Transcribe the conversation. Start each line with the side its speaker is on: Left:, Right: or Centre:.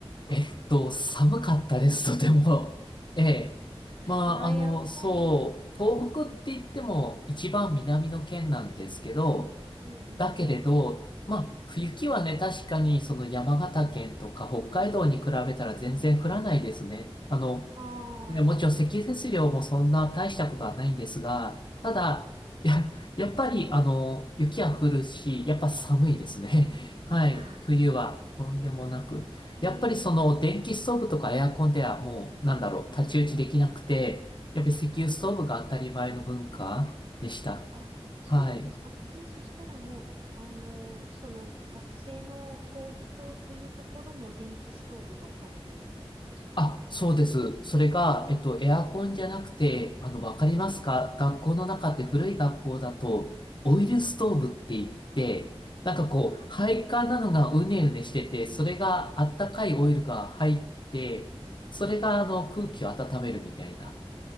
Left: えっと、寒かったです、とても。ええ。まあ、
Right: ああ、
Left: あの、
Right: やっぱり。
Left: そう、東北って言っても一番南の県なんですけど、
Right: うん、うん、
Left: だけれど、
Right: うん。
Left: まあ、雪はね、確かにその山形県とか北海道に比べたら全然降らないですね。
Right: あー
Left: あの、
Right: あ
Left: で、もちろん積雪量もそんな大したことはないんですが、
Right: ー、
Left: ただ、や、やっぱり、あの、雪は降るし、やっぱ寒いですね。<laughs> はい。
Right: あねー、
Left: 冬はとんでもなく。
Right: やはり。へえ。
Left: やっぱりその電気ストーブとかエアコンではもう、なんだろう、太刀打ちできなくて、
Right: うん。
Left: やっぱり石油ストーブが当たり前の文化でした。
Right: あーあ、そうなんですか。
Left: はい。
Right: あえ、そしたらもう、あの、その学生の講義棟っていうところも電気ストーブが置かれてる感じですか。
Left: あ、そうです。それが、
Right: えー、
Left: えっと、エアコンじゃなくて、あの、わかりますか学校の中って古い学校だと、
Right: うん、
Left: オイルストーブって言って、
Right: うん。
Left: なんかこう、
Right: あー
Left: 配管なのがうねうねしてて、それがあったかいオイルが入って、それがあの、空気を温めるみたいな。
Right: あ